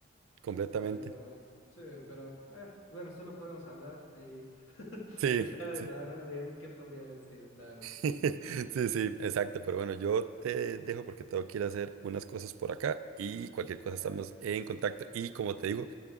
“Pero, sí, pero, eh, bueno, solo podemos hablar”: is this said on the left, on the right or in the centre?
Left